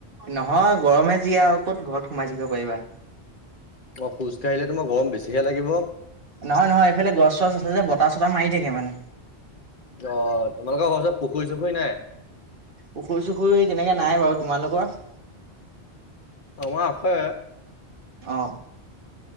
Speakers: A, on the right (about 55°); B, on the left (about 55°).
A: নহয় গৰমে যি আৰু ক'ত ঘৰত সোমাই থাকিব পাৰিবা।
B: অ', খোজ কঢ়িলে তোমাৰ গৰম বেছিহে লাগিব।
A: নহয় নহয় এইফালে গছ চছ আছে যে বতাহ চটা মাৰি থাকে মানে।
B: অ', তোমালোকৰ ঘৰ ওচৰত পুখুৰী চুখুৰী নাই?
A: পুখুৰী চুখুৰী তেনেকে নাই বাৰু তোমালোকৰ?
B: আমাৰ আছে।
A: অহ।